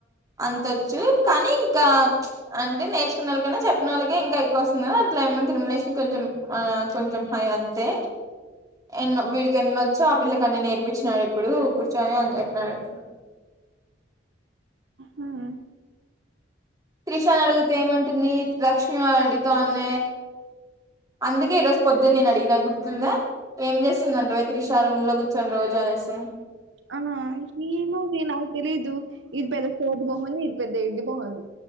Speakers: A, on the right; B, on the right.
A: అంతొచ్చు కానీ ఇంకా అంటే నేర్చకునోళ్ళ కన్నా చేప్పిన వాళ్ళకే ఇంకా ఎక్కువ వస్తుంది అట్లా ఏమన్నా తిరుమలేష్కి కొంచెం కొంచెం అయి అంతే ఎన్నో వీడికి ఎనీ వచ్చో ఆ పిల్లలకు అన్న నేర్పించినాడు ఇప్పుడు కూర్చొని అని చెప్పినాడు ఆ
B: హ్మ్
A: త్రిషని అడిగితే ఏమంటుంది లక్ష్మమి వారు అడుగుతా ఉన్న అందుకే ఈరోజు పొద్దునే నేను అడిగిన గుర్తుందా ఏం చేస్తుందంటవే త్రిష రూమ్ లో కూర్చొని రోజు అనేసి
B: ఆ ఏమోవే నాకు తెలీదు ఇది పెద్ద సోది మొహంది ఇది పెద్ద ఎడ్ది మొహంది